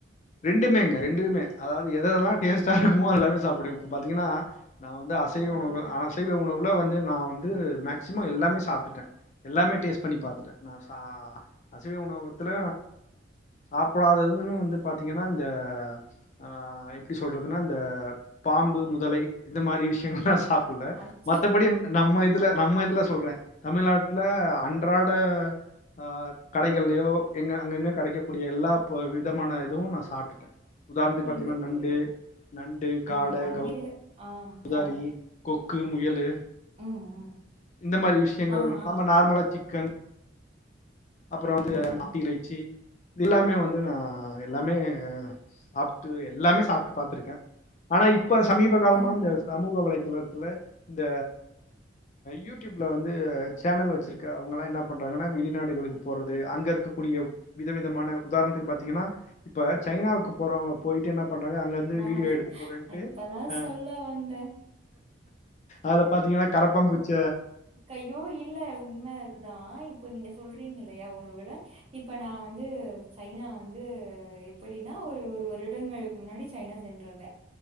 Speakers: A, on the left; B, on the right.
A: ரெண்டுமேங்க ரெண்டுமே அதாவது எததெல்லா டேஸ்டா இருக்குமோ அத எல்லாமே சாப்டுவே இப்ப பாத்தீங்கனா நா வந்து அசைவ
B: ஆ
A: உணவு அசைவ
B: ஆ
A: உணவுல வந்து நா வந்து மேக்சிமம் எல்லாமே சாப்ட்டுட்டே எல்லாமே டேஸ்ட் பண்ணி பாத்துட்டே நா ச அசைவ உணவகத்துல சாப்டாததுன் வந்து பாத்தீங்கனா இந்த ஆ எப்படி சொல்றதுன்னா இந்த பாம்பு முதலை இந்த மாரி விஷயங்கள் எல்லா சாப் புள்ள
B: அச்ச
A: மத்தபடி நம்ம இதுல நம்ம இதுல சொல்றே தமிழ்நாட்ல அன்றாட ஆ கடைகள்லயோ எங்க அங்கங்க கெடைக்கக்க கூடிய எல்லா பு விதமான துவு நா சாப்டுட்டே உதாரணத்துக்கு
B: புரியுது
A: பாத்தீங்கனா
B: புரியுது
A: நண்டு நண்டு
B: ம்
A: காட
B: நண்டு
A: கவு
B: ஆ காடு
A: தாரி கொக்கு முயலு
B: ம் ம்
A: இந்த மாரி விஷயங்கள்
B: ஆ ஆ
A: நம்ம
B: ஆ
A: நார்மலா சிக்கன் அப்றோ வந்து
B: ம்
A: மாட்டிறைச்சி இது எல்லாமே வந்து நா எல்லாமே சாப்ட்டு எல்லாமே சாப்ட்டு பாத்திருக்கே ஆனா இப்ப சமீப காலமா
B: ம்
A: இந்த
B: ம்
A: சமூக வலைதளத்துல இந்த யூடியூப்ல வந்து சேனல் வச்சிருக் க அவங்களா என்ன பண்றாங்கனா வெளிநாடுகளுக்கு போறது அங்க இருக்கக்கூடிய விதவிதமான உதாரணத்துக்கு பாத்தீங்கனா இப்ப சைனாவுக்கு போறவங்க போயிட்டு என்ன பண்றாங்க அங்க இருந்து
B: நா
A: வீடியோ எடுத்து போறேன்ட்டு
B: இப்பதா
A: அ
B: சொல்ல வந்தே
A: அத பாத்தீங்கனா கரப்பா பூச்ச
B: கயோ இல்ல உண்ம இதுதா இப்ப நீங்க சொல்றீங்க இல்லயா உணவுல இப்ப நா வந்து சைனா வந்து எப்படின்னா ஒரு ஒரு வருடங்கள் முன்னாடி சைனா சென்றிருந்தே